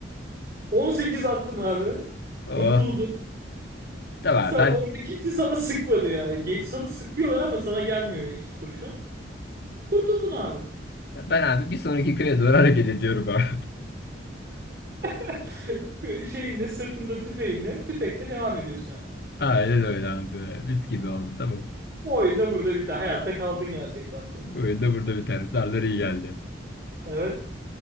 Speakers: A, on the right; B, on the left.
A: 18 attın abi.
B: Oh,
A: Kurtuldun.
B: tamam
A: Sen, orada
B: ben
A: kimse sana sıkmadı yani. Geç, sana sıkıyorlar ama sana gelmiyor hiç kurşun. Kurtuldun abi.
B: ben abi bir sonraki köye doğru hareket ediyorum abi.
A: <laughs> Şeyinle sırtında tüfeğinle tüfekle devam ediyorsun hayatına.
B: <laughs> Aynen öyle abi. Mis gibi
A: Tamam.
B: oldu tamam.
A: Bu oyunda burada biter. Hayatta kaldın gerçekten de.
B: Bu oyunda burada biter. Darlar iyi geldi.
A: Evet.